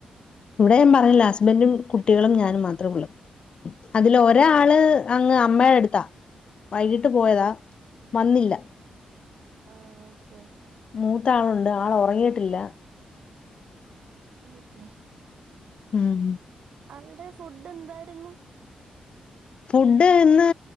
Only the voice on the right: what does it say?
ആഹ് ഓക്കെ
ഓക്കെ
അവിടെ ഫുഡ് എന്തായിരുന്നു